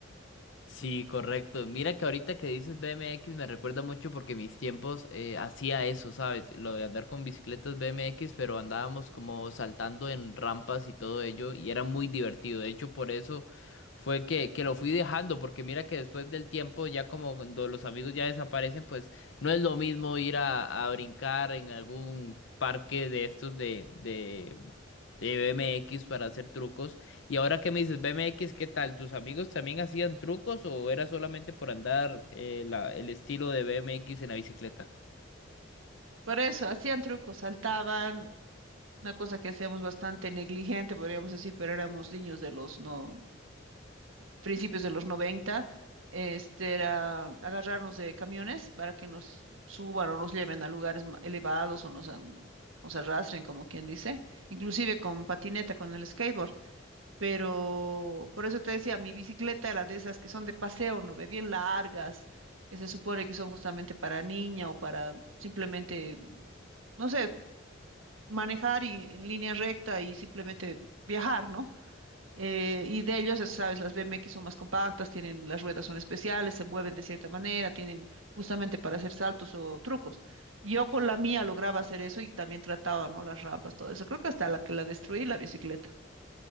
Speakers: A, on the left; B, on the right.
A: Sí, correcto. Mira que ahorita que dices BMX me recuerda mucho porque mis tiempos eh, hacía eso, ¿sabes? Lo de andar con bicicletas BMX, pero andábamos como saltando en rampas y todo ello y era muy divertido. De hecho, por eso fue que, que lo fui dejando, porque mira que después del tiempo, ya como cuando los amigos ya desaparecen, pues no es lo mismo ir a, a brincar en algún parque de estos de, de, de BMX para hacer trucos y ahora que me dices BMX, ¿qué tal? ¿Tus amigos también hacían trucos o era solamente por andar eh, la- el estilo de BMX en la bicicleta?
B: Por eso, hacían trucos, saltaban, una cosa que hacíamos bastante negligente, podríamos decir, pero éramos niños de los no, principios de los 90. este era agarrarnos de camiones para que nos suban o nos lleven a lugares ma- elevados o nos, am- nos arrastren, como quien dice, inclusive con patineta, con el skateboard. Pero por eso te decía, mi bicicleta era de esas que son de paseo, ¿no ve? Bien largas, que se supone que son justamente para niña o para simplemente no sé, manejar y en línea recta y simplemente viajar, ¿no? Eh, y de ellos, ya sabes, las BMX son más compactas, tienen, las ruedas son especiales, se mueven de cierta manera, tienen justamente para hacer saltos o trucos. Yo con la mía lograba hacer eso y también trataba, ¿no? Las rampas, todo eso. Creo que hasta la que la destruí, la bicicleta.